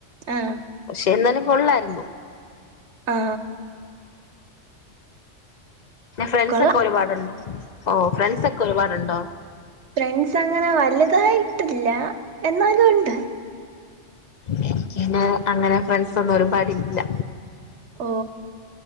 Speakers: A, on the right; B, on the left.
A: ആഹ
B: പക്ഷെ എന്നാലും കൊള്ളായിരുന്നു
A: ആ
B: ഫ്രണ്ട്സൊക്കെ
A: കൊള്ളാം
B: ഒരുപാടുണ്ടോ ഓ ഫ്രണ്ട്സ് ഒക്കെ ഒരുപാടുണ്ടോ
A: ഫ്രണ്ട്സ് അങ്ങനെ വലുതായിട്ടില്ല എന്നാലും ഉണ്ട്
B: എനിക്ക് പിന്നെ അങ്ങനെ ഫ്രണ്ട്സൊന്നും ഒരുപാടില്ല
A: ഓ